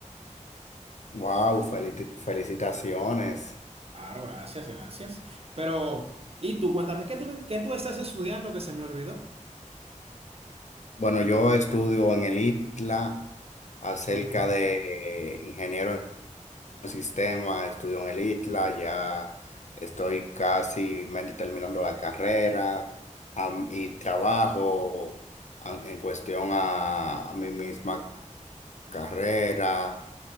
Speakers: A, on the left; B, on the right.
A: Wow, felicitaciones.
B: Claro, gracias, gracias. Pero, y tú, cuéntame, ¿qué tú, qué tú estás estudiando que se me olvidó?
A: Bueno, yo estudio en el ITLA acerca
B: Ok.
A: de eh, ingeniero en sistema, estudio en el ITLA, ya estoy casi mente terminando la carrera am- y trabajo am- en cuestión a, a mi misma carrera